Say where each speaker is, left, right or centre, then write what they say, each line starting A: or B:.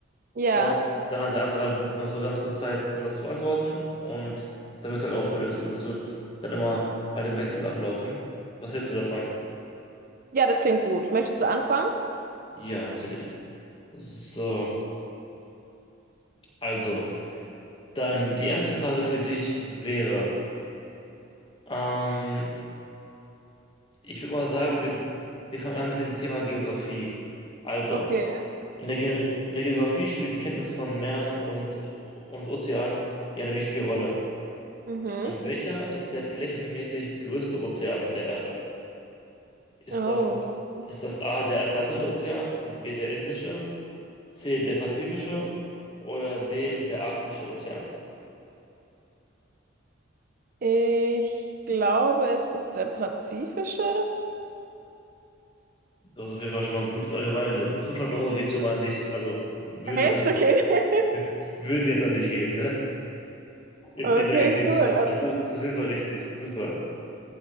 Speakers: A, on the right; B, on the left.
A: Ja.
B: Und dann hat der andere halt noch so ganz kurz Zeit, um das zu beantworten. Und dann wird es halt aufgelöst. Und das wird dann immer halt im Wechsel ablaufen. Was hältst du davon?
A: Ja, das klingt gut. Möchtest du anfangen?
B: Ja, natürlich. So, also, dann die erste Frage für dich wäre, ähm, ich würde mal sagen, wir, wir fangen an mit dem Thema Geografie. Also,
A: Okay.
B: in der, Ge in der Geografie spielt die Kenntnis von Meeren und, und Ozeanen ja eine wichtige Rolle.
A: Mhm.
B: Und welcher ist der flächenmäßig größte Ozean der Erde? Ist
A: Oh,
B: das,
A: okay.
B: ist das A, der Atlantische Ozean, B, der Indische, C, der Pazifische oder D, der Arktische Ozean?
A: Ich glaube, es ist der pazifische.
B: Du hast auf jeden Fall schon mal ein gutes Allgemeinwissen. 500 Euro gehen schon mal an dich. Also würden
A: Echt?
B: jetzt an dich
A: Okay.
B: gehen.
A: <laughs>
B: Würden jetzt an dich gehen, ne? In,
A: Okay,
B: in der richtigen
A: cool.
B: Show. Also ist auf jeden Fall richtig. Super.